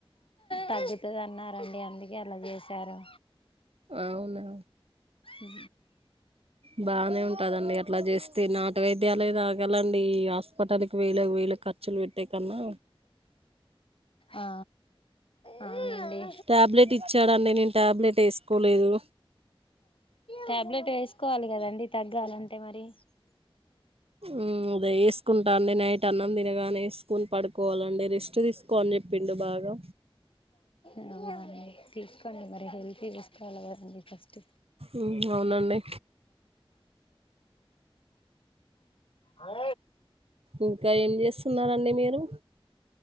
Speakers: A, on the left; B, on the right.
A: తగ్గుతది అన్నారండి అందుకే అలా చేశారు
B: అవునా
A: ఉ
B: బానే ఉంటదండి అట్లా చేస్తే నాటు వైద్యాలే తాగలండి ఈ హాస్పిటల్ వేలకు వేలు ఖర్చులు పెట్టేకన్నా
A: ఆ అవునండి
B: టాబ్లెట్ ఇచ్చాడండి నేను టాబ్లెట్ వేసుకోలేదు
A: టాబ్లెట్ వేసుకోవాలి కదండి తగ్గాలంటే మరి
B: ఉమ్ అదే వేసుకుంటా అండి నైట్ అన్నం తినగానే వేసుకొని పడుకోవాలండి రెస్ట్ తీసుకు కో అని చెప్పిండు బాగా
A: అవునా అండి తీసుకోండి మరి హెల్తీ తీసుకావాల కదండి ఫస్ట్
B: ఉ అవునండి
A: అ
B: ఇంకా ఏం చేస్తున్నారండి మీరు